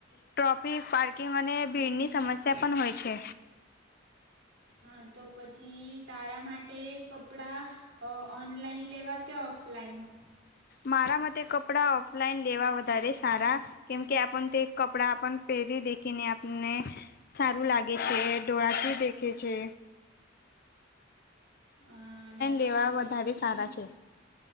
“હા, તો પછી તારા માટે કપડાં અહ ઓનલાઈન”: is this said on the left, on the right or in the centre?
Right